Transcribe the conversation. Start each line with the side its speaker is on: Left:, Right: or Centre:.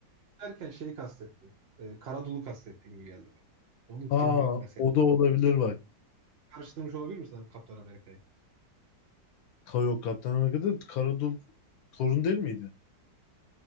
Right: derken şey kastetti. E, Karadul'u kastetti gibi geldi bana. Onun filmi
Left: Aa
Right: yok mesela.
Left: o da olabilir bak.
Right: Karıştırmış olabilir misin abi Kaptan Amerika'yı?
Left: Ka- Yok Kaptan Amerika'da Karadul Thor'un değil miydi?